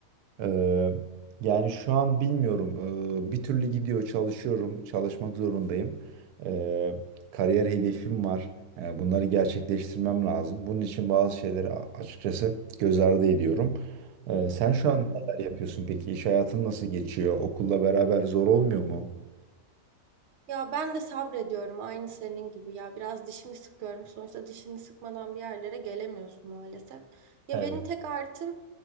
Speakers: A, on the right; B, on the right.
A: Ee, yani şu an bilmiyorum. Ee, bir türlü gidiyor, çalışıyorum, çalışmak zorundayım. Ee, kariyer hedefim var. Ee, bunları gerçekleştirmem lazım. Bunun için bazı şeyleri a- açıkçası göz ardı ediyorum. Ee, sen şu
B: Hmm.
A: an neler yapıyorsun peki? İş hayatın nasıl geçiyor? Okulla beraber zor olmuyor mu?
B: Ya ben de sabrediyorum aynı senin gibi ya biraz dişimi sıkıyorum sonuçta dişini sıkmadan bir yerlere gelemiyorsun maalesef. Ya
A: Evet.
B: benim tek artım